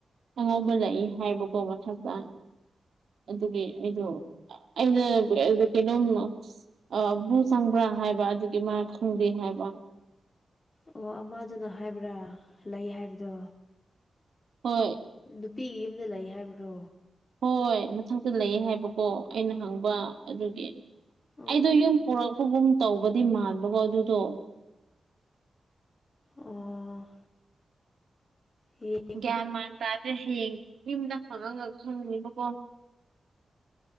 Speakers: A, on the right; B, on the left.
A: ꯑꯉꯧꯕ ꯂꯩꯌꯦ ꯍꯥꯏꯕꯀꯣ ꯃꯊꯛꯇ ꯑꯗꯨꯒꯤ ꯑꯩꯗꯣ ꯑꯩꯅ ꯀꯩꯅꯣꯝꯃ ꯑ ꯕ꯭ꯂꯨ ꯆꯪꯕ꯭ꯔꯥ ꯍꯥꯏꯕ ꯑꯗꯨꯒꯤ ꯃꯥ ꯈꯪꯗꯦ ꯍꯥꯏꯕ
B: ꯑꯣ ꯑꯃꯗꯨꯅ ꯍꯥꯏꯕ꯭ꯔꯥ ꯂꯩ ꯍꯥꯏꯕꯗꯣ
A: ꯍꯣꯏ
B: ꯅꯨꯄꯤꯒꯤ ꯌꯨꯝꯗ ꯂꯩ ꯍꯥꯏꯕ꯭ꯔꯣ
A: ꯍꯣꯏ ꯃꯊꯛꯇ ꯂꯩꯌꯦ ꯍꯥꯏꯕꯀꯣ ꯑꯩꯅ ꯍꯪꯕ ꯑꯗꯨꯒꯤ
B: ꯑꯣ
A: ꯑꯩꯗꯣ ꯌꯨꯝ ꯄꯨꯔꯛꯄꯒꯨꯝ ꯇꯧꯕꯗꯤ ꯃꯥꯟꯕꯀꯣ ꯑꯗꯨꯗꯣ
B: ꯎꯝ <unintelligible>
A: ꯒ꯭ꯌꯥꯟ ꯃꯥꯟ ꯇꯥꯗꯦ ꯍꯌꯦꯡ ꯌꯨꯝꯗ ꯍꯪꯉꯥꯒ ꯈꯪꯅꯤꯕꯀꯣ